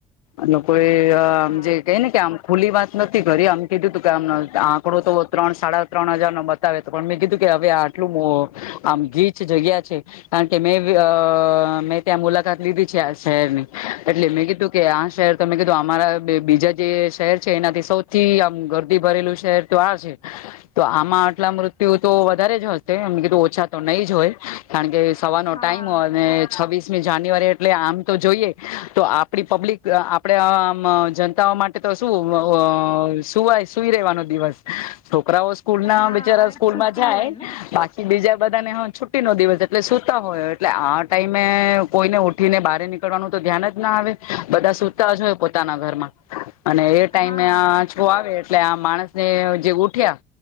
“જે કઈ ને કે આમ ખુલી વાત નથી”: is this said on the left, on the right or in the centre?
Left